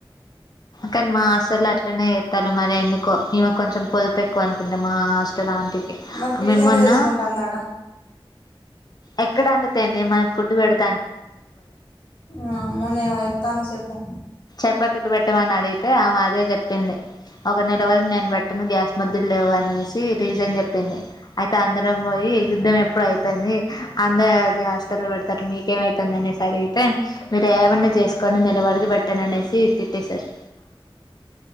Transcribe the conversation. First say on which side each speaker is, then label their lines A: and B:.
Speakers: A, on the left (about 45°); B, on the left (about 60°).
A: కానీ మా హాస్టల్లో అట్లనే తాలు మరేందుకో ఈమె కొంచెం పొదుపు ఎక్కువ అనుకుంటా మా హోటల్ ఆం టికి
B: మరి ఫీజు
A: మేం
B: ఎందుకు
A: మొన్న
B: తీసుకుంటాందట
A: ఎక్కడ అండుతేంది మనకి ఫుడ్ పెడత్
B: ఆ మొన్న చెప్తానవ్ చెప్పు
A: చెపాతిలు పెట్టమని అడిగితే ఆమదే చెప్పింది ఒక నెల వరకు నేను బెట్టను గ్యాస్ ముద్దులు లేవు అనేసి రీజన్ చెప్పింది అయితే అందరం పోయి యుద్ధం ఎప్పుడయితుంది అందే అది హాస్టల్లో పెడతారు మీకేమయితుంది అనేసి అడిగితే మీరు ఏమన్నా చేసుకొని నేను ఎవరికి బెట్టను అనేసి తిట్టేశారు